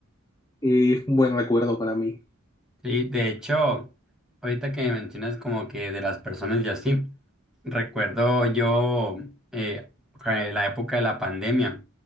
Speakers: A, on the left (about 20°); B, in the centre.
A: es un buen recuerdo para mí.
B: Sí, de hecho, ahorita que me mencionas como que de las personas y así, recuerdo yo eh, que la época de la pandemia,